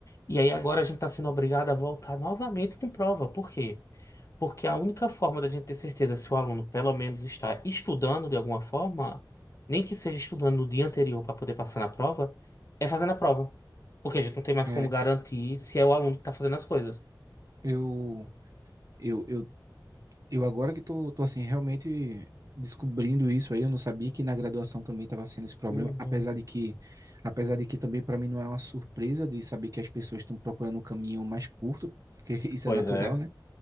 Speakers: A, on the left; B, on the right.
A: E aí agora a gente está sendo obrigado a voltar novamente com prova. Por quê? Porque a única forma da gente ter certeza se o aluno pelo menos está estudando de alguma forma, nem que seja estudando no dia anterior para poder passar na prova, é fazendo a prova. Porque a gente não tem mais
B: é.
A: como garantir se é o aluno que está fazendo as coisas.
B: Eu, eu, eu Eu agora que tô, tô assim, realmente descobrindo isso aí, eu não sabia que na graduação também estava sendo esse problema,
A: Uhum.
B: apesar de que, apesar de que também para mim não é uma surpresa de saber que as pessoas estão procurando um caminho mais curto, porque <laughs> isso
A: Pois
B: é natural,
A: é.
B: né?